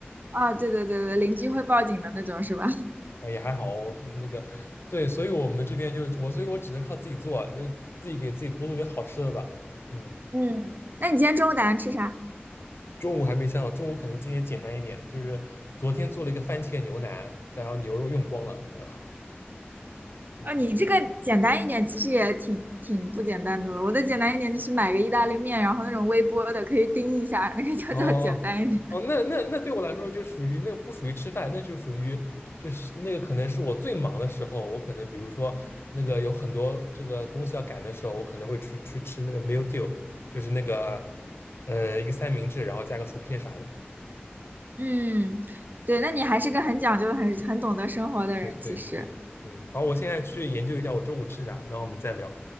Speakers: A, on the right; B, on the left.
A: 哦，对对对对，邻居会报警的那种是吧？
B: 嗯，
A: <laughs>
B: 哎也还好哦，我那个对，所以我们这边就我，所以我只能靠自己做啊，就是自己给自己多做点好吃的吧。嗯，
A: 嗯，那你今天中午打算吃啥？
B: 中午还没想好，中午可能今天简单一点，就是昨天做了一个番茄牛腩，然后牛肉用光了，然后嗯。
A: 啊，你这个简单一点，其实也挺挺不简单的了。我的简单一点就是买个意大利面，然后那种微波的可以叮一下，那个就叫简单一点。
B: 哦哦，哦那那那对我来说就属于那个不属于吃饭，那就属于就是那个可能是我最忙的时候，我可能比如说那个有很多这个东西要赶的时候，我可能会去去吃那个 meal deal，就是那个嗯呃一个三明治，然后加个薯片啥的。
A: 嗯，对，那你还是个很讲究、很很懂得生活的人，
B: 对对对，
A: 其实。
B: 嗯，好，我现在去研究一下我中午吃啥，然后我们再聊，